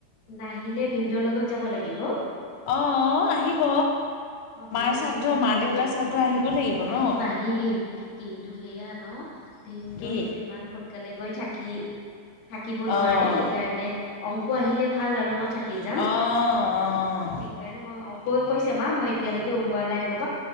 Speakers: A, on the left (about 70°); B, on the left (about 85°).
A: নাহিলে ভিনন্দৰ লগত যাব লাগিব।
B: অ', আহিব।
A: অ ভিনদেউ
B: মাৰ শ্ৰাদ্ধ
A: ইমান
B: মা
A: সোনকালে
B: দেউতাৰ শ্ৰাদ্ধ আহিব লাগিব ন'
A: আহিম আহিম কিন্তু সেয়া ন ভিনদেউ
B: কি?
A: ইমান সোনকালে গৈ থাকিল থাকিব নোৱাৰে
B: অ',
A: সেইকাৰণে অংক আহিলে ভাল আৰু মই থাকি যাম
B: অ',
A: সেইকাৰণে
B: অ'।
A: মই অংকুয়ে কৈছে মা মই এতিয়ালৈকে ওলোৱা নাই ৰ